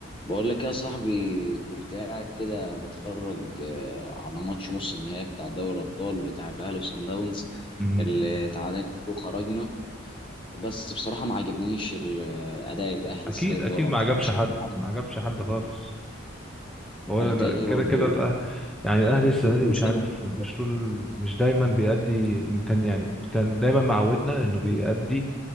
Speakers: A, on the left; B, in the centre.
A: بقول لك يا صاحبي كنت قاعد كده بتفرج آه، على ماتش نص النهائي بتاع دوري الأبطال بتاع الأهلي وصن داونز
B: مم.
A: اللي تعادلنا وخرجنا بس بصراحة ما عجبنيش ال- آه، أداء الأهلي
B: اكيد
A: السنة دي في
B: اكيد
A: دوري الأبطال
B: ما عجبش
A: بشكل
B: حد
A: عام
B: ما عجبش حد خالص هو
A: فأنت
B: لا-
A: إيه
B: كده
A: برضه
B: كده الأه- يعني الاهلي السنه
A: شفت
B: دي
A: إزاي
B: مش عارف
A: الماتش
B: مش
A: ده؟
B: طول مش دايما بيأدي كان يعني كان دايما معودنا انه بيأدي